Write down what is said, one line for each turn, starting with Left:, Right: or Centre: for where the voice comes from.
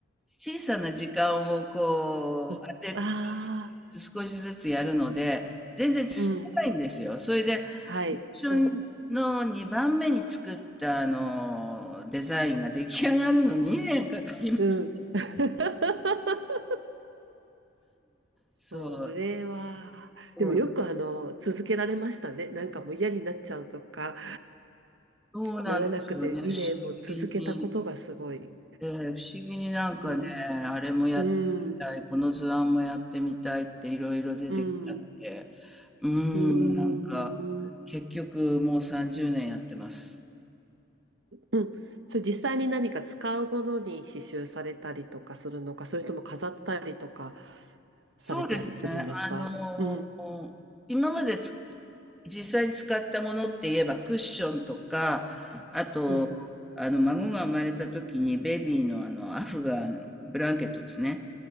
Centre: 小さな時間をこう、
Right: うん。
Centre: 当てて、
Right: ああ、
Centre: 少しずつやるので、全然進まないんですよ。
Right: うん。
Centre: それで、
Right: はい。
Centre: 最初の2番目に作ったあの、
Right: うん。
Centre: デザインが出来上がるの2年かかりました。
Right: うん。<laughs> それは、
Centre: そう、そう、
Right: でもよくあの、続けられましたね。なんかもう嫌になっちゃうとか、
Centre: そうなんですよね。
Right: ならなくて2年も続けたことがすごい。
Centre: 不思議に、えー不思議になんかね、
Right: うん。
Centre: あれもやってみたい、
Right: うん。
Centre: この図案もやってみたいっていろいろ出てきちゃって。
Right: うん。
Centre: うーん、
Right: うん。
Centre: なんか、結局もう30年やってます。
Right: うん。それ実際に何か使うものに刺繍されたりとかするのか、それとも飾ったりとかされたりするんですかうん。
Centre: そうですね。あのー今までつ実際に使ったものって言えばクッションとか、あと、
Right: うん。
Centre: あの、孫が生まれた時にベビーのあの、アフガン、ブランケットですね。